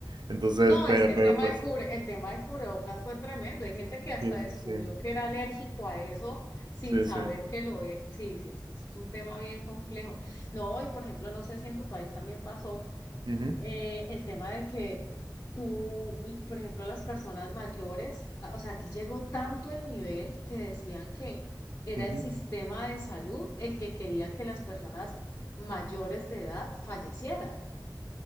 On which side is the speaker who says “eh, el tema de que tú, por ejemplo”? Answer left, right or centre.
Left